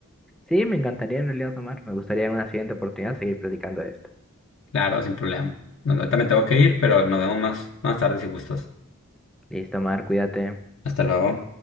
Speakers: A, in the centre; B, on the left.
A: Sí, me encantaría en realidad, Omar. Me gustaría en una siguiente oportunidad seguir platicando de esto.
B: Claro, sin problema. No, Ahorita me tengo que ir, pero nos vemos más, más tarde si gustas.
A: Listo, Omar, cuídate.
B: Hasta luego.